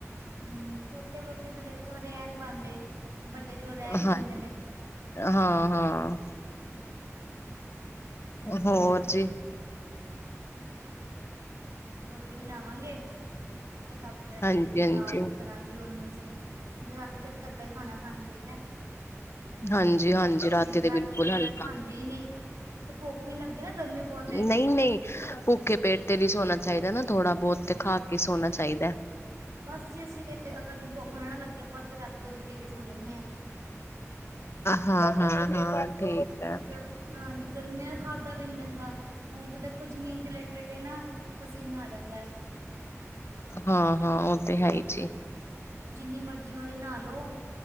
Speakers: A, on the right (about 85°); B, on the left (about 50°).
A: ਹੂੰ ਛੋਟੇ ਬੱਚੇ ਤੇ ਦੇਖੋ ਰਹਿ ਨੀ ਪਾਦੇ ਵੱਡੇ ਚਲੋ ਰਹਿ ਵੀ
B: ਹਾਂਜੀ
A: ਲੈਂਦੇ ਨੇ
B: ਹਾਂ, ਹਾਂ। ਹੋਰ
A: ਦੇਖੋ
B: ਜੀ।
A: ਰੋਟੀ ਬਣਾਵਾਂਗੇ, ਚਾਹ ਵਗੈਰਾ
B: ਹਾਂਜੀ-ਹਾਂਜੀ।
A: ਪੀ ਕੇ ਦਾਲ ਰੱਖ ਦਾਂਗੇ ਉਹਨੂੰ ਅਸੀਂ, ਰਾਤੀ ਦਾ ਹਲਕਾ ਈ ਖਾਣਾ ਖਾਣਾ ਚਾਹੀਦਾ।
B: ਹਾਂਜੀ-ਹਾਂਜੀ ਰਾਤੀ
A: ਮੈਂ
B: ਬਿਲਕੁਲ
A: ਤੇ ਕਈ
B: ਹਲਕਾ
A: ਵਾਰੀ ਖਾਂਦੀ ਈ ਨੀ, ਇਥੇ ਭੁੱਖ ਵੀ ਲੱਗਦੀ ਨੀ ਗਰਮੀ ਬਹੁਤ ਹੈ
B: ਨਈ, ਨਈ ਭੁੱਖੇ ਪੇਟ ਤੇ ਨੀ ਸੋਣਾ ਚਾਹੀਦਾ ਨਾ ਥੋੜਾ ਬਹੁਤ ਤੇ ਖਾ ਕੇ ਸੋਣਾ ਚਾਹੀਦਾ।
A: ਬਸ ਜੇ ਅਸੀਂ ਤੇ ਅਗਰ ਭੁੱਖ ਨਾ ਨਾ ਲੱਗੇ ਆਪਾਂ ਤੇ ਰਾਤੀ ਦੁੱਧ ਪੀ ਕੇ ਸੋ ਜਾਨੇ ਆ। <inaudible>
B: ਹਾਂ, ਹਾਂ, ਹਾਂ ਠੀਕ ਆ।
A: ਜਦ ਹਾਂਜੀ ਗਰਮੀਆਂ ਦਾ ਖਾਧਾ ਵੀ ਨੀ ਜਾਂਦਾ। ਹੁਣ ਤਾਂ ਦੇਖੋ ਜ਼ਮੀਨ ਤੇ ਲੇਟੇ-ਲੇਟੇ ਨਾ ਪਸੀਨਾ ਆ ਜਾਂਦਾ ਐ।
B: ਹਾਂ, ਹਾਂ ਓਹ ਤੇ ਹੈ ਈ ਜੀ।
A: ਜਿੰਨੀ ਮਰਜ਼ੀ ਵਾਲੀ ਨਾਅ ਲਓ,